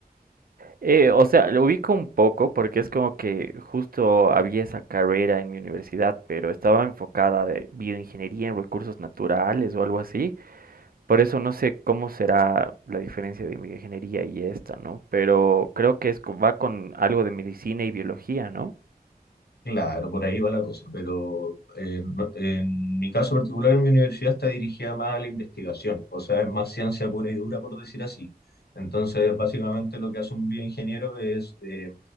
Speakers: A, on the right; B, on the left.
A: Eh, o sea, lo ubico un poco porque es como que justo había esa carrera en mi universidad, pero estaba enfocada de bioingeniería en recursos naturales o algo así. Por eso no sé cómo será la diferencia de bioingeniería y esta, ¿no? Pero creo que es, co- va con algo de medicina y biología, ¿no?
B: Claro, por ahí va la cosa, pero eh, no- en mi caso particular en mi universidad está dirigida más a la investigación, o sea, es más ciencia pura y dura, por decir así. Entonces, básicamente lo que hace un bioingeniero es eh,